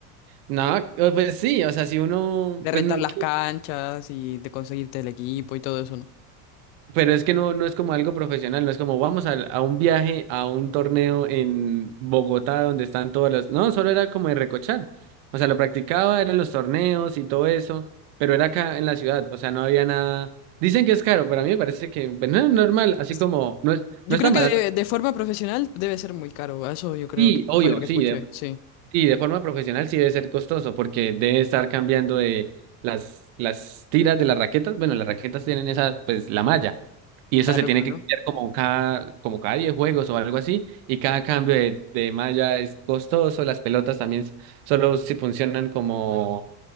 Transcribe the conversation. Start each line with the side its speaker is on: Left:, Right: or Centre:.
Right: no, eh, pues sí, o sea, si uno,
Left: De rentar
Right: pues, no,
Left: las canchas y de conseguirte el equipo y todo eso, ¿no?
Right: Pero es que no, no es como algo profesional, no es como vamos al- a, un viaje, a un torneo en Bogotá donde están todas las... No, solo era como de recochar. O sea, lo practicaba, eran los torneos y todo eso, pero era acá en la ciudad, o sea, no había nada... Dicen que es caro, pero a mí me parece que pues, no normal, así
Left: Es-
Right: como no es,
Left: Yo
Right: no es
Left: creo
Right: tan
Left: que
Right: barato.
Left: de, de forma profesional debe ser muy caro, eso yo creo
Right: Sí,
Left: que
Right: obvio,
Left: fue lo que
Right: sí,
Left: escuché, sí.
Right: y de forma profesional sí debe ser costoso porque debe estar cambiando de las, las tiras de las raquetas. Bueno, las raquetas tienen esa, pues, la malla. Y eso
Left: Claro,
Right: se tiene
Left: claro.
Right: que cambiar como cada, como cada 10 juegos o algo así. Y cada cambio de, de malla es costoso. Las pelotas también s- solo si funcionan como